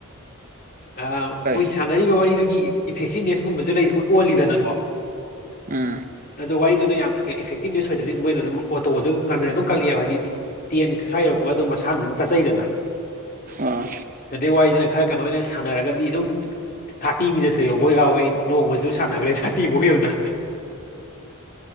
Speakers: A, on the left; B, on the right.
A: ꯑ
B: ꯀꯔꯤ
A: ꯃꯣꯏ ꯁꯥꯟꯅꯔꯤꯕ ꯋꯥꯔꯤꯗꯨꯒꯤ ꯏꯐꯦꯛꯇꯤꯞꯅꯦꯁꯀꯨꯝꯕꯁꯨ ꯑꯣꯜꯂꯤꯗꯅꯀꯣ
B: ꯑꯝ
A: ꯑꯗꯣ ꯋꯥꯔꯤꯗꯨꯅ ꯌꯥꯝ ꯏꯐꯦꯛꯇꯤꯚ ꯅ꯭ꯌꯁ ꯑꯣꯏꯔꯗꯤ ꯃꯣꯏꯅ ꯑꯗꯨꯝ ꯑꯣꯇꯣ ꯑꯗꯨꯝ ꯉꯟꯗꯅ ꯑꯗꯨꯝ ꯀꯛꯂꯤꯑꯦꯕ ꯍꯥꯏꯗꯤ ꯇꯦꯟ ꯁ꯭ꯋꯥꯏ ꯌꯧꯔꯣꯛꯄꯒ ꯑꯗꯨꯝ ꯃꯁꯥꯅ ꯑꯗꯨꯝ ꯇꯠꯆꯩꯗꯅ
B: ꯑꯥ
A: ꯑꯗꯩ ꯋꯥꯔꯤꯗꯅ ꯈꯔ ꯀꯩꯅꯣ ꯑꯣꯏꯅ ꯁꯥꯟꯅꯔꯒꯗꯤ ꯑꯗꯨꯝ ꯊꯥꯔꯇꯤ ꯃꯤꯅꯠꯁꯀ ꯌꯧꯕ ꯌꯥꯎꯋꯦ ꯅꯣꯡꯃꯁꯨ ꯁꯥꯟꯅꯈ꯭ꯔꯦ ꯊꯥꯔꯇꯤꯃꯨꯛ ꯌꯧꯅ
B: <inaudible>